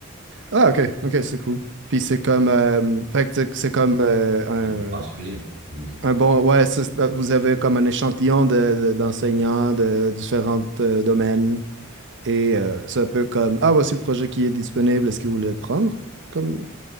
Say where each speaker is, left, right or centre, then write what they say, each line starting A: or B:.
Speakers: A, on the right (about 55°); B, on the right (about 40°).
A: Ah, ok, ok, c'est cool. Puis c'est comme, euh, fait que c'est c'est comme euh,
B: Des cours particuliers.
A: un,
B: Hmm.
A: un bon, ouais, c'est- c'est- euh, vous avez comme un échantillon de, de- d'enseignants de différents euh, domaines et euh, c'est un peu comme, ah, voici le projet qui est disponible, est-ce que vous voulez le prendre comme,